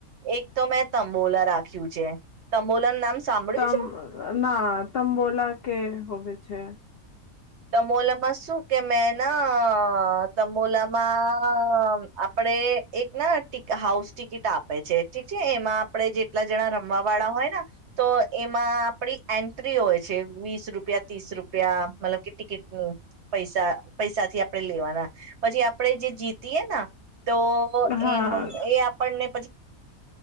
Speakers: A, on the right; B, on the left.
A: એક તો મેં તંબોલા રાખ્યું છે તંબોલાનું નામ. સાંભળ્યું
B: તમ
A: છે
B: ના તમ બોલા કે હોવે. છે
A: તમોલામાં શું કે મેંને તમોલામાં આપડે એક ના ટ હાઉસ ટિકિટ આપે છે ઠીક છે એમાં આપણે જે કેટલા જણા રમવા વાળા હોય ને તો એમાં આપડી એન્ટ્રી હોય છે વીસ રૂપિયા ત્રીસ રૂપ પ્યા મતલબ કે ટિકટ પૈસા પૈસા થી આપણેે લેવાના પછી આપડે જે જીત ત એ ના તો
B: હા
A: મળે